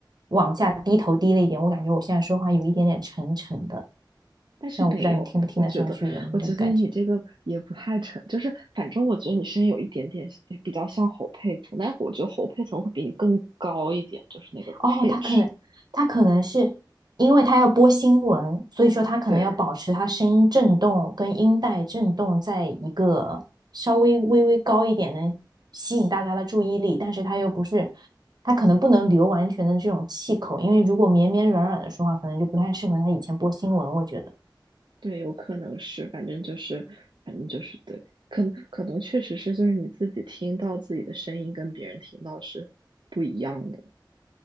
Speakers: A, on the right; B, on the right.
A: 往下低头低了一点，我感觉我现在说话有一点点沉沉的，
B: 但是没有，
A: 虽然我不知道你听不听得上去，
B: 我觉得，
A: 有没有这个感觉。
B: 我觉得你这个也不太成，就是反正我觉得你声音有一点点比较像侯佩岑，但是我觉得侯佩岑会比你更高一点，就是那个
A: 哦，
B: pitch。
A: 他可能他可能是因为他要播新闻，所以说他可能要保持他声音震动跟音带震动在一个稍微微微高一点，
B: 对
A: 能吸引大家的注意力，但是他又不是，他可能不能留完全的这种气口，因为如果绵绵软软的说话，可能就不太适合他以前播新闻，我觉得。
B: 对，有可能是，反正就是，反正就是对，可能可能确实是，就是你自己听到自己的声音跟别人听到是不一样的。